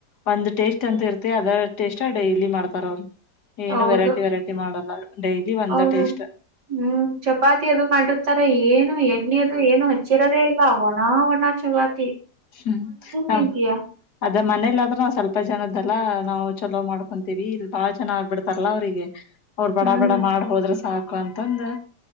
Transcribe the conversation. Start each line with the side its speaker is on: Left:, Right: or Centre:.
Left: ಒಂದ ಟೇಸ್ಟ್ ಅಂತ ಇರ್ತಿ ಅದ ಟೇಸ್ಟ್ ಡೈಲಿ ಮಾಡ್ತಾರ ಅವ್ರು ಏನು
Right: ಹೌದು
Left: ವೆರೈಟಿ ವೆರೈಟಿ ಮಾಡಲ್ಲ ಡೈಲಿ ಒಂದ
Right: ಹೌದು
Left: ಟೇಸ್ಟ್
Right: ಹ್ಮ್ ಚಪಾತಿ ಅದು ಮಾಡಿರ್ತಾರ ಏನು ಎಣ್ಣಿಯದು ಏನು ಹಚ್ಚಿರದೇ ಇಲ್ಲ ವಣ ವಣ ಚಪಾತಿ
Left: ಹ್ಮ್ ನಮ
Right: ತಿಂತೀಯ
Left: ಅದ ಮನೇಲ್ಲಾದ್ರೂ ನಾವ ಸ್ವಲ್ಪ ಜನದಲ್ಲ ನಾವ ಚಲೋ ಮಾಡ್ಕೊಂತೀವಿ ಇಲ್ ಬಾಳ ಜನ ಆಗ್ಬಿಡ್ತಾರಲ್ಲ ಅವ್ರರಿಗೆ ಅವ್ರು ಬಡ
Right: ಹ್ಮ್
Left: ಬಡ ಮಾಡ್ ಹೋದ್ರ ಸಾಕ ಕೊಂತಂದು